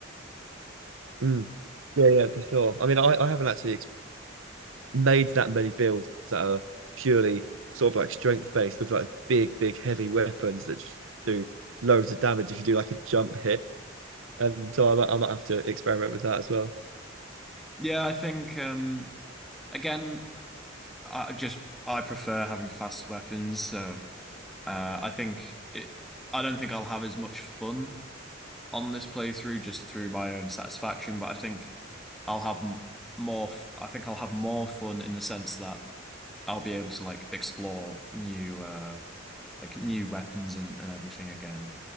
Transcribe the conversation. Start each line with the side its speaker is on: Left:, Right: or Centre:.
Right: Mm. Yeah, yeah, for sure. I mean, I, I haven't actually made that many builds that are purely sort of like strength based with like big, big, heavy weapons that just do loads of damage if you do like a jump hit. And so I might, I might have to experiment with that as well.
Centre: Yeah, I think um, Again, I just I prefer having fast weapons, so uh, I think it. I don't think I'll have as much fun on this playthrough just through my own satisfaction, but I think I'll have m more. F I think I'll have more fun in the sense that I'll be able to like explore new uh like new weapons and and everything again.